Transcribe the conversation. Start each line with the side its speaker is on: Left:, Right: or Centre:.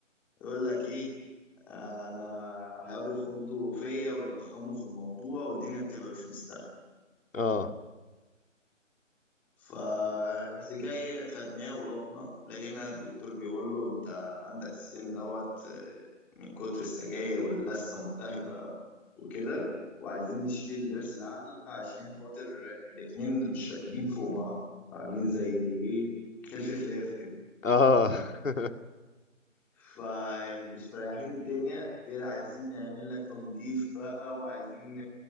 Centre: يقول لك ايه آه، انا هيقعدوا يخضوا فيا ويضخموا في الموضوع والدنيا بتبقى مش مستاهله
Left: اه
Centre: فرحت جاي خدناه ورحنا لقينا الدكتور بيقول له انت عندك السن دوت آه، من كتر السجاير واللثه ملتهبه وكده وعايزين نشيل ضرس العقل عشان خاطر الاتنين مش راكبين فوق بعض فعاملين زي ايه كلف خلاف كده
Left: اه <laughs>
Centre: فمش مريحين الدنيا غير عايزين نعمل لك تنظيف بقى وعايزين